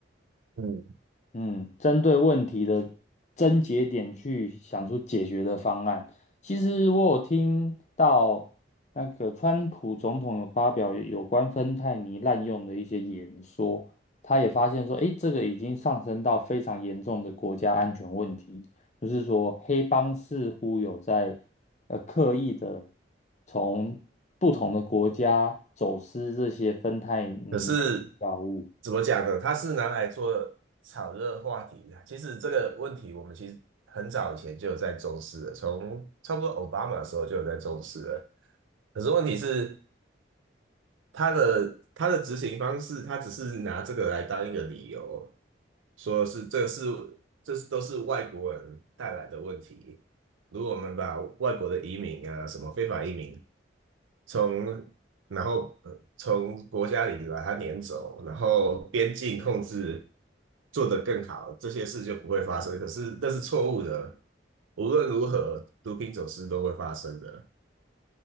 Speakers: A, on the right; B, on the left.
A: 嗯。
B: 嗯，针对问题的症结点去想出解决的方案。其实我有听到那个川普总统有发表有关芬太尼滥用的一些演说，他也发现说，诶，这个已经上升到非常严重的国家安全问题，就是说黑帮似乎有在呃刻意的从不同的国家走私这些芬太尼类的药物。
A: 可是怎么讲呢？它是拿来做炒热话题的。其实这个问题，我们其实很早以前就有在重视了，从差不多奥巴马的时候就有在重视了。可是问题是，他的他的执行方式，他只是拿这个来当一个理由，说是这是这是都是外国人带来的问题。如果我们把外国的移民啊，什么非法移民从然后呃从国家里把它撵走，然后边境控制做得更好，这些事就不会发生。可是那是错误的，无论如何，毒品走私都会发生的。